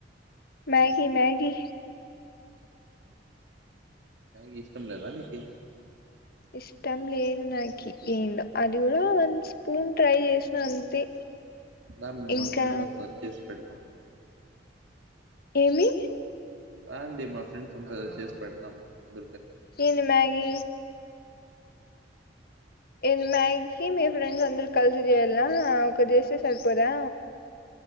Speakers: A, on the left; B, on the right.
A: Maggi Maggi
B: Maggi ఇష్టం లేదా నీకి
A: ఇష్టం లేదు నాకి ఏందో అది కూడా వన్ స్పూన్ ట్రై చేసిన అంతే
B: నా మేము
A: ఇంకా
B: మా ఫ్రెండ్స్ అంత సచ్ చేసి పెడతాం
A: ఏమి
B: అ అండి మా ఫ్రెండ్స్ అంత చేసి పెడతాం అంద
A: ఏంది మ్యాగి ఏను మ్యాగీ మీ ఫ్రెండ్స్ అందరు కలిసి చేయాలనా ఒకరు చేస్తే సరిపోదా